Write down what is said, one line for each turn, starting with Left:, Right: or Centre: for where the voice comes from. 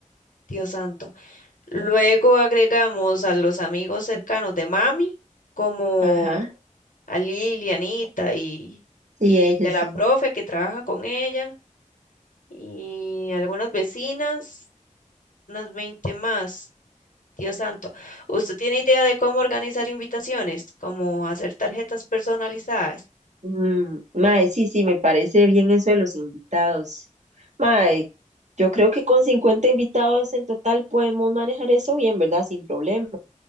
Left: Dios santo. Luego agregamos a los amigos cercanos de mami, como
Right: ajá,
Left: a Lilianita y,
Right: sí,
Left: y
Right: ella
Left: a
Right: sí.
Left: la profe que trabaja con ella y algunas vecinas, unas 20 más. Dios santo, ¿usted tiene idea de cómo organizar invitaciones? ¿Cómo hacer tarjetas personalizadas?
Right: Mm, mae, sí, sí, me parece bien eso de los invitados. Mae, yo creo que con 50 invitados en total podemos manejar eso bien, ¿verdad? Sin problema.